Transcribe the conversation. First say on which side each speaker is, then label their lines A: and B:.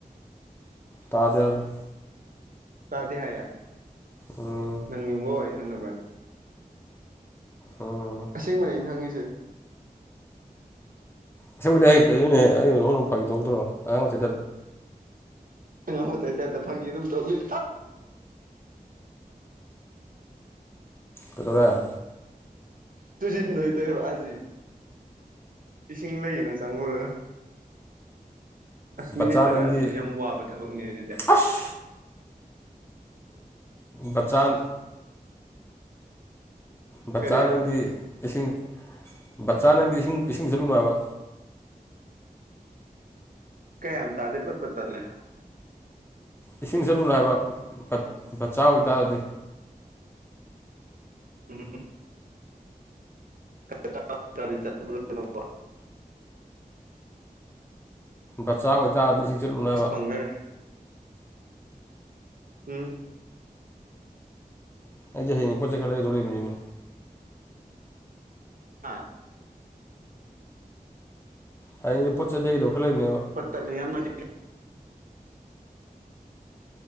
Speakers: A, on the left; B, on the right.
A: ꯇꯥꯗꯦ ꯍꯥꯏꯕꯅꯤ
B: ꯇꯥꯗꯤꯦ ꯍꯥꯏ
A: ꯎꯝ
B: ꯅꯪ ꯌꯨꯝꯒ ꯋꯥꯔꯤ ꯁꯥꯟꯟꯅꯕ꯭ꯔꯅꯦ
A: ꯑꯥ
B: ꯑꯁꯦꯡꯕꯅꯦ ꯑꯩꯅ ꯍꯪꯉꯤꯁꯦ
A: ꯑꯁꯦꯡꯕꯅꯦꯍꯦ ꯀꯩꯅꯣꯅꯦ ꯑꯩ ꯅꯉꯣꯟꯗꯃꯨꯛ ꯐꯥꯈꯤ ꯇꯧꯈꯤꯗ꯭ꯔꯣ ꯑꯉꯥꯡ ꯃꯆꯥꯒꯤ ꯇꯥꯏꯞꯇ
B: ꯑꯉꯥꯡ ꯃꯆꯥꯢ ꯇꯥꯢꯞ ꯇ ꯐꯥꯒꯤ ꯗꯨꯝ ꯇꯧ ꯂꯩ
A: ꯀꯗꯧꯔꯦ
B: ꯇꯨꯖꯤ ꯅꯣꯏ ꯇꯩꯔꯣ ꯑꯖꯦ ꯏꯁꯤꯡ ꯂꯩꯌꯦꯅ ꯆꯪꯉꯨꯔꯒ ꯑꯁ
A: ꯕꯆꯥ
B: ꯃꯤꯅꯤꯠ ꯇꯔꯥꯁꯤꯗꯤ
A: ꯅꯪꯗꯤ
B: ꯌꯥꯝ ꯋꯥꯕ ꯊꯕꯛꯅꯦ ꯑꯗꯨꯗꯦ
A: ꯑꯁ ꯕꯆꯥꯟ ꯕꯆꯥ
B: ꯀꯔꯤ
A: ꯅꯪꯗꯤ ꯏꯁꯤꯡ ꯕꯆꯥ ꯅꯪꯗꯤ ꯏꯁꯤꯡ ꯏꯁꯤꯡ ꯆꯠꯂꯨꯕ꯭ꯔꯕ
B: ꯀꯌꯥꯝ ꯇꯥꯗꯦ ꯄꯠ ꯄꯠ ꯇꯠꯂꯦ
A: ꯏꯁꯤꯡ ꯆꯠꯂꯨꯕ꯭ꯔ ꯍꯥꯏꯕ ꯕꯆꯥ ꯑꯣꯏꯇꯥꯔꯗꯤ
B: ꯎꯝ <unintelligible>
A: ꯕꯆꯥ ꯑꯣꯏꯇꯥꯔꯗꯤ ꯏꯁꯤꯡ <unintelligible>
B: ꯑꯁ ꯄꯪꯒꯔꯦ ꯎꯝ
A: ꯑꯩꯖꯦ ꯍꯌꯦꯡꯒꯤ ꯄꯣꯠ ꯆꯩ ꯈꯔ ꯂꯩꯗꯣꯔꯤꯝꯅꯤꯅꯦ
B: ꯑꯥ
A: ꯍꯌꯦꯡꯒꯤ ꯄꯣꯠ ꯆꯩ ꯂꯩꯒꯗꯕ ꯈꯔ ꯂꯩꯕꯅꯦꯕ
B: <unintelligible>